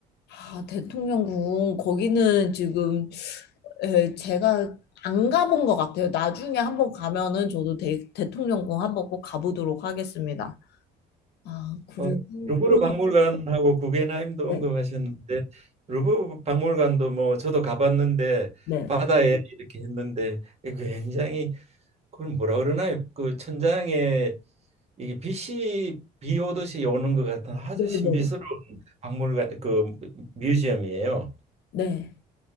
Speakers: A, on the left; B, on the right.
A: 아, 대통령궁 거기는 지금 에, 제가 안 가본 것 같아요. 나중에 한번 가면은 저도 대, 대통령궁 한번 꼭 가보도록 하겠습니다. 아, 그리고
B: 어, 루브르
A: 그럼
B: 박물관하고 구겐하임도
A: 네,
B: 언급하셨는데 루브르 박물관도 뭐 저도 가봤는데
A: 네,
B: 바다에 이렇게 했는데 굉장히 그걸 뭐라 그러나요? 그 천장에 이게 빛이 비 오듯이 오는 것 같은 아주
A: 네,
B: 신비스러운
A: 네, 네.
B: 박물관 그 뮤지엄이에요.
A: 네.